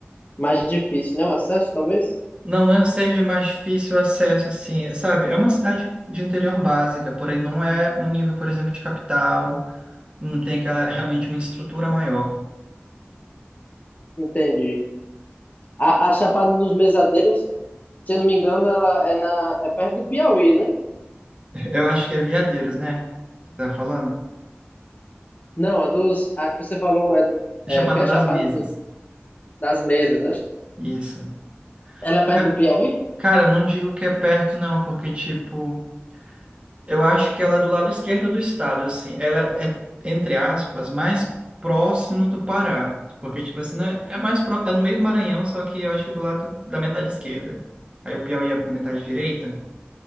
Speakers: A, on the left; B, on the right.
A: Mais difícil, né? O acesso, talvez?
B: Não, não seja mais difícil o acesso, assim, sabe? É uma cidade de interior básica, porém não é um nível, por exemplo, de capital, não tem aquela realmente uma estrutura maior.
A: Entendi. A, a Chapada dos Mesadeiros Se eu não me engano, ela é, na, é perto do Piauí, né?
B: Eu acho que é Veadeiros, né? Que tá falando?
A: Não, a, dos, a que você falou é,
B: É
A: é
B: Chapada
A: o que é
B: das
A: Chapada
B: Mesas.
A: do- das Mesas, né?
B: Isso.
A: Ela é perto
B: Ca-
A: do Piauí?
B: Cara, eu não digo que é perto, não, porque, tipo. Eu acho que ela é do lado esquerdo do estado, assim. Ela é, entre aspas, mais próximo do Pará. Porque, tipo assim, né? É mais pró- é no meio do Maranhão, só que eu acho que do lado da metade esquerda. Aí o Piauí é da metade direita.